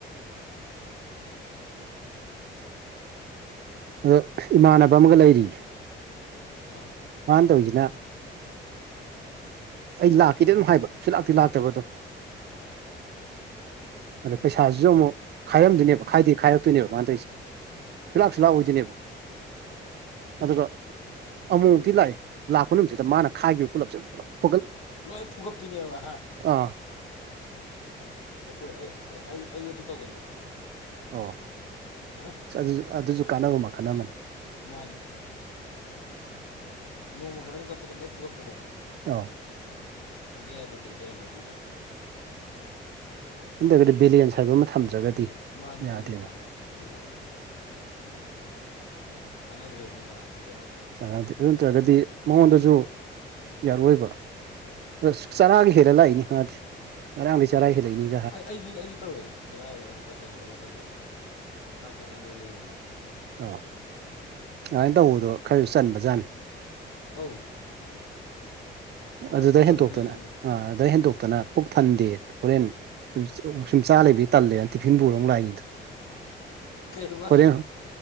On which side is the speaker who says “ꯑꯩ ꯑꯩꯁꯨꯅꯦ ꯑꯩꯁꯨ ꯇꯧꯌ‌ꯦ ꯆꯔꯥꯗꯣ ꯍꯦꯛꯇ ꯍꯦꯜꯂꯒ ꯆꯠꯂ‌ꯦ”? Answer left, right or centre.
Left